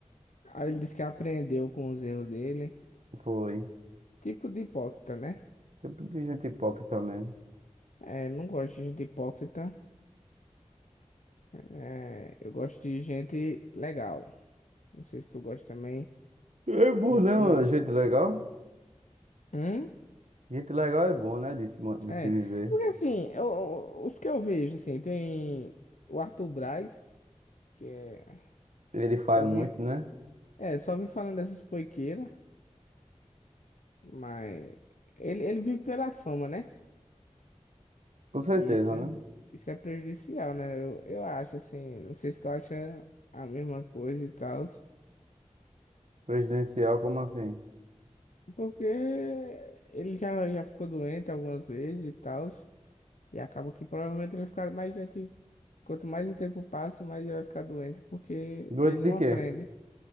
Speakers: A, on the left; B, on the right.
A: Aí ele disse que aprendeu com os erros dele.
B: Foi.
A: Tipo de hipócrita, né?
B: Tipo de gente hipócrita mesmo.
A: É, não gosto de gente hipócrita. É, eu gosto de gente legal. Não sei se tu gosta também.
B: É bom,
A: Gente
B: né,
A: que.
B: mano? Gente legal?
A: Hum?
B: Gente legal é bom, né? De se, ma- de
A: É.
B: se viver.
A: É Porque assim, eu- os que eu vejo, assim, tem o Arthur Braz, que é.
B: Ele faz
A: Só
B: muito,
A: vive
B: né?
A: É, só vi falando dessas poiqueiras, mas ele, ele vive pela fama, né?
B: Com certeza,
A: E isso, é-
B: né?
A: isso é prejudicial, né? Eu, eu acho, assim, não sei se tu acha a mesma coisa e tal,
B: Presidencial, como assim?
A: porque ele já, já ficou doente algumas vezes e tal, e acaba que provavelmente ele vai ficar mais doente. Quanto mais o tempo passa, mais ele vai ficar doente, porque
B: Doido
A: ele
B: de
A: não
B: quê?
A: aprende.